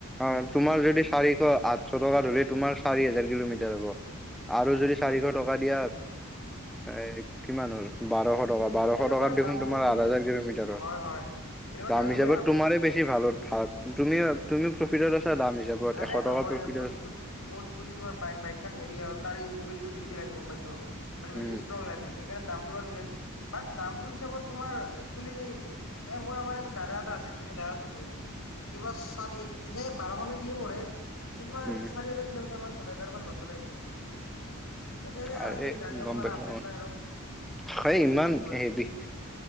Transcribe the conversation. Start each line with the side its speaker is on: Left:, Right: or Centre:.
Centre: অ' তোমাৰ যদি চাৰিশ আঠশ টকা ধৰি তোমাৰ চাৰি হাজাৰ কিলোমিটাৰ হব আৰু যদি, চাৰিশ টকা দিয়া। হয় কিমান হ'ল বাৰশ টকা
Left: গম পাইছো
Centre: বাৰশ
Left: এনেকুৱা
Centre: টকাত দেখোন
Left: দামী
Centre: তোমাৰ
Left: মবিল
Centre: আঠ হাজাৰ কিলোমিটাৰৰ
Left: হয় হয় এনেকুৱা
Centre: দাম
Left: দামী
Centre: হিচাপত
Left: মবিল
Centre: তোমাৰ বেছি ভাল হ ভাল তুমি তুমি প্ৰফিটত আছা দাম হিচাপত
Left: আৰে
Centre: এশ
Left: নহয়
Centre: টকা প্ৰফিটত
Left: মোৰ-মোৰ
Centre: আছা
Left: স্কুটি তোমাৰ বাইকখন হেভি আৰু তাৰ মবলটো বেছি। গম পাইছো। মান বেচি
Centre: উম
Left: ষ্ট্ৰং লাগে সেইকাৰে দাম তোমাৰ চাগে এ দামটোৰ হিচাপত তোমাৰ এক্সুৱালি এ মই এবাৰ দাদা এটা আছে চ দাদাটো, এইবাৰ চাৰি হে বাৰশ নে। কি পঢ়ে। এই কি মান
Centre: উম
Left: চাৰি হাজাৰ কিলোমিটাৰ মান চলে তাৰপা নচলে এইখন আৰু। চাগে
Centre: আৰে
Left: আজিকালি গাড়ী অকমান
Centre: গম পাইছো,
Left: আপডেট
Centre: অ'
Left: নাই আৰু বেছি
Centre: হ
Left: আজিকালি
Centre: ইমান
Left: হেৰি কৰে
Centre: হেভি